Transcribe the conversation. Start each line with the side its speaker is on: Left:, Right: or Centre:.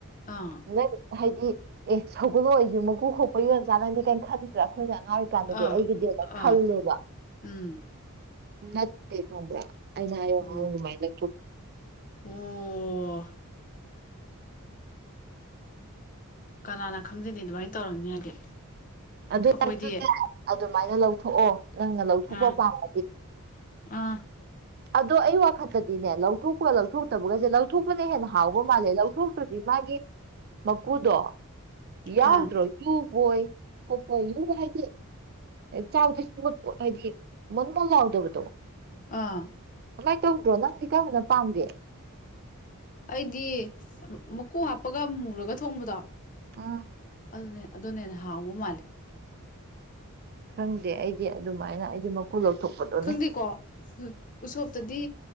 Left: ꯑꯥ
Right: ꯅ ꯍꯥꯏꯗꯤ ꯑꯦ ꯁꯒꯜꯂꯏꯁꯨ ꯃꯀꯨ ꯈꯣꯛꯄ ꯌꯣꯟ ꯆꯥꯅꯅꯤ ꯀꯥꯏꯅ ꯈꯟꯗ꯭ꯔꯥ ꯑꯩꯈꯣꯏꯅ ꯑꯉꯥꯡ ꯑꯣꯏꯔꯤ ꯀꯥꯟꯅꯗꯤ
Left: ꯑꯥ
Right: ꯑꯩꯒꯤꯗꯤꯅ
Left: ꯑꯥ
Right: ꯈꯜꯂꯦꯕ
Left: ꯎꯝ
Right: ꯅꯠꯇꯦ ꯈꯪꯕ꯭ꯔꯥ ꯑꯩꯅ ꯍꯥꯏꯌꯣ
Left: ꯑꯣ
Right: ꯑꯗꯨꯃꯥꯏꯅ
Left: ꯑꯣ ꯀꯅꯥꯅ ꯈꯪꯖꯅꯤ ꯑꯗꯨꯃꯥꯏꯅ ꯇꯧꯔꯕꯝꯅꯤ ꯍꯥꯏꯗꯤ
Right: ꯑꯗꯨꯅꯦ
Left: ꯑꯩꯈꯣꯏꯗꯤ
Right: ꯑꯗꯨꯃꯥꯏꯅ ꯂꯧꯊꯣꯛꯑꯣ ꯅꯪꯅ ꯂꯧꯊꯣꯛꯄ
Left: ꯑꯥ
Right: ꯄꯥꯝꯕ
Left: ꯑꯥ
Right: ꯑꯗꯣ ꯑꯩ ꯋꯥꯈꯟꯗꯗꯤꯅꯦ ꯂꯧꯊꯣꯛꯄꯒ ꯂꯧꯊꯣꯛꯇꯕꯒꯁꯦ ꯂꯧꯊꯣꯛꯄꯅ ꯍꯦꯟꯅ ꯍꯥꯎꯕ ꯃꯥꯜꯂꯦ ꯂꯧꯊꯣꯛ ꯑꯗꯨꯗꯤ ꯃꯥꯒꯤ ꯃꯀꯨꯗꯣ ꯌꯥꯎꯗ꯭ꯔꯣꯏ
Left: ꯑꯥ
Right: ꯌꯨꯕꯣꯏ ꯈꯣꯠꯄꯣꯏ ꯌꯨ ꯍꯥꯏꯗꯤ ꯆꯥꯎꯗꯁꯨꯠ ꯄꯣꯠ ꯍꯥꯏꯗꯤ ꯃꯟ ꯃꯣꯣꯟ ꯂꯥꯎꯗꯕꯗꯣ
Left: ꯑꯥ
Right: ꯀꯃꯥꯏꯅ ꯇꯧꯗ꯭ꯔꯣ ꯅꯪꯗꯤ ꯀꯔꯝꯕꯅ ꯄꯥꯝꯒꯦ
Left: ꯑꯩꯗꯤ ꯃꯀꯨ ꯍꯥꯞꯄꯒ ꯃꯨꯔꯒ ꯊꯣꯡꯕꯗꯣ
Right: ꯑꯣ
Left: ꯑꯗꯨꯅꯦ ꯑꯗꯨꯅꯦꯅ ꯍꯥꯎꯕ ꯃꯥꯜꯂꯦ
Right: ꯈꯪꯗꯦ ꯑꯩꯗꯤ ꯑꯗꯨꯃꯥꯏꯅ ꯑꯩꯗꯤ ꯀꯣ ꯂꯧꯊꯄꯗꯣ
Left: ꯈꯪꯗꯦꯀꯣ ꯎꯁꯣꯞꯇꯗꯤ